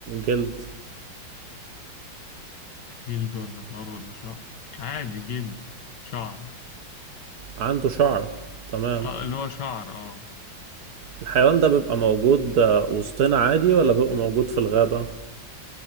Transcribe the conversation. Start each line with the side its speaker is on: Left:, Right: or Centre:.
Right: جلد
Left: جلد ولا فار ولا شعر عادي جلد شعر
Right: عنده شعر تمام
Left: آه اللي هو شعر اه
Right: الحيوان ده بيبقى موجود آه، وسطنا عادي ولا بيبقى موجود في الغابة